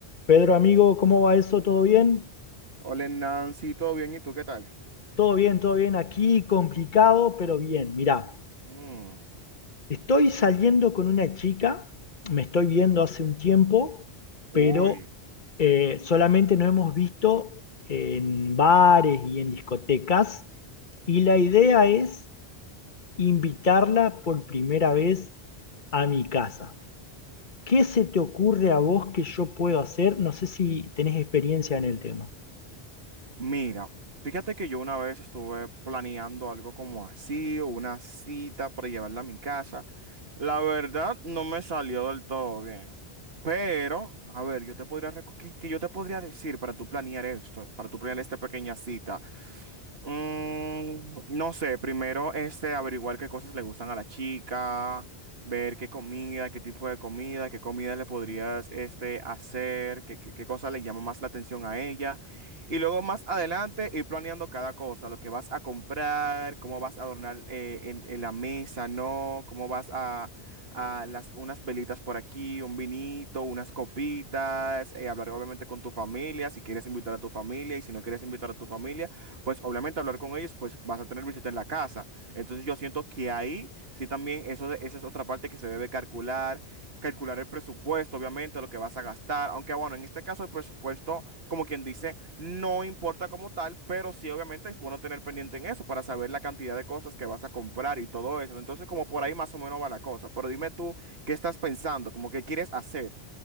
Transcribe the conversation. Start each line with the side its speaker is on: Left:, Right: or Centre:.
Left: Pedro, amigo, ¿cómo va eso? ¿Todo bien?
Right: Hola Nancy, ¿todo bien? ¿Y tú qué tal?
Left: Todo bien, todo bien. Aquí complicado, pero bien. Mirá,
Right: Mm,
Left: estoy saliendo con una chica, me estoy viendo hace un tiempo, pero
Right: uy,
Left: eh, solamente nos hemos visto en bares y en discotecas. Y la idea es invitarla por primera vez a mi casa. ¿Qué se te ocurre a vos que yo puedo hacer? No sé si tenés experiencia en el tema.
Right: Mira, fíjate que yo una vez estuve planeando algo como así, o una cita para llevarla a mi casa. La verdad, no me salió del todo bien. Pero, a ver, yo te podría, reco- ¿qué, qué yo te podría decir para tú planear esto, para tú planear esta pequeña cita? Mm, no sé, primero este, averiguar qué cosas le gustan a la chica, ver qué comida, qué tipo de comida, qué comida le podrías este, hacer, qué, qué, qué cosa le llama más la atención a ella. Y luego más adelante ir planeando cada cosa, lo que vas a comprar, cómo vas a adornar eh, en, en la mesa, ¿no? Cómo vas a, a las, unas velitas por aquí, un vinito, unas copitas, eh, hablar obviamente con tu familia, si quieres invitar a tu familia y si no quieres invitar a tu familia, pues obviamente hablar con ellos, pues vas a tener visita en la casa. Entonces yo siento que ahí sí también eso, de- esa es otra parte que se debe calcular. calcular el presupuesto, obviamente, lo que vas a gastar, aunque bueno, en este caso el presupuesto, como quien dice, no importa como tal, pero sí obviamente es bueno tener pendiente en eso para saber la cantidad de cosas que vas a comprar y todo eso. Entonces, como por ahí más o menos va la cosa. Pero dime tú, ¿qué estás pensando? Como qué quieres hacer?